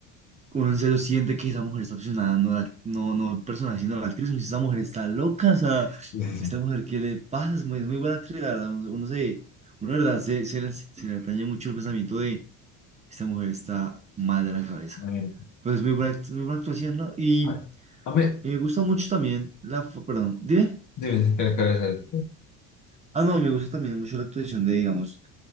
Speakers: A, on the right; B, on the left.
A: Uno en serio siente que esa mujer está obsesionada, no, la, no, no el personaje, sino la actriz. uno dice, Esa mujer está loca, o sea,
B: Sí, sí, sí.
A: esta mujer, ¿qué le pasa? Es muy, es muy buena actriz, la verdad. Uno, uno se, uno, la verdad, se, se, le, se le atañe mucho el pensamiento de esta mujer está mal de la cabeza.
B: A mí,
A: Pero es muy buena, act- muy buena actuación, ¿no? Y,
B: a a mí,
A: y me gusta mucho también la. fo- Perdón, dime.
B: dime, espera, espera, espera.
A: Ah, no, y me gusta también mucho la actuación de, digamos,